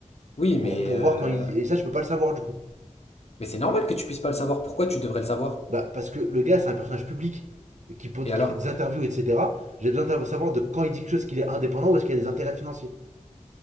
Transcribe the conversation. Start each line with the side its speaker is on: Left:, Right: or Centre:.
Left: Oui, mais,
Right: Pour, pour
Left: euh,
Right: voir quand il. Et ça, je peux pas le savoir du coup.
Left: mais c'est normal que tu puisses pas le savoir. Pourquoi tu devrais le savoir?
Right: Bah, parce que le gars, c'est un personnage public qui, pose-
Left: Et alors?
Right: qui fait des interviews, etc. J'ai besoin de savoir de quand il dit quelque chose qu'il est indépendant ou est-ce qu'il y a des intérêts financiers.